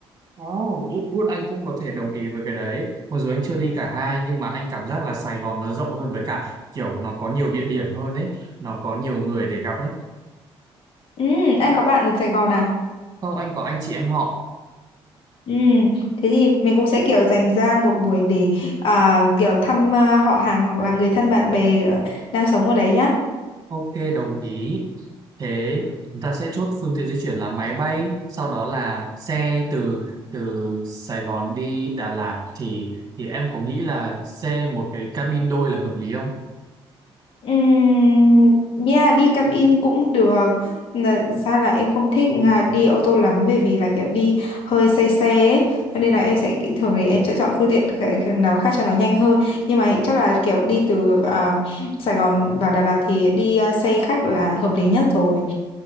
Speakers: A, on the right; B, on the left.
A: oh Good, good. Anh cũng có thể đồng ý với cái đấy. Mặc dù anh chưa đi cả hai nhưng mà anh cảm giác là Sài Gòn nó rộng hơn với cả kiểu nó có nhiều địa điểm hơn ấy nó có nhiều người để gặp ấy.
B: Ừm, anh có bạn ở Sài Gòn à
A: Không, anh có anh chị em họ.
B: Ừm, thế thì mình cũng sẽ kiểu dành ra một buổi để à, kiểu thăm à, họ hàng hoặc là người thân bạn bè ờ, đang sống ở đấy nhá
A: Ok, đồng ý. Thế chúng ta sẽ chốt phương tiện di chuyển là máy bay, sau đó là xe từ từ Sài Gòn đi Đà Lạt thì thì em có nghĩ là xe một cái cabin đôi là hợp lý không?
B: Ừm, yeah, đi cabin cũng được. Là- Ra là em không thích à, đi ô tô lắm bởi vì là kiểu đi hơi say xe ấy. Cho nên là em sẽ thường thì em sẽ chọn phương tiện cái- cái nào khác cho nó nhanh hơn. Nhưng mà chắc là kiểu đi từ à, Sài Gòn vào Đà Lạt thì đi à, xe khách là hợp lý nhất rồi.